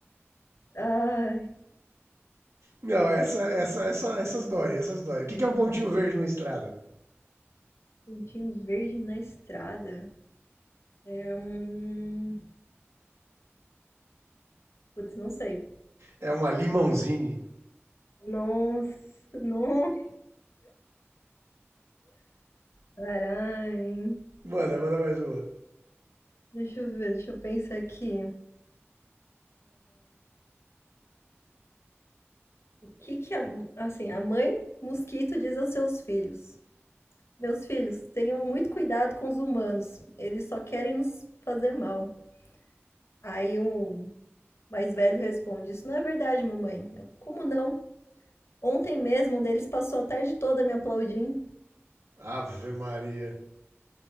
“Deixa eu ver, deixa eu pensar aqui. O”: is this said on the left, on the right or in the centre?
Left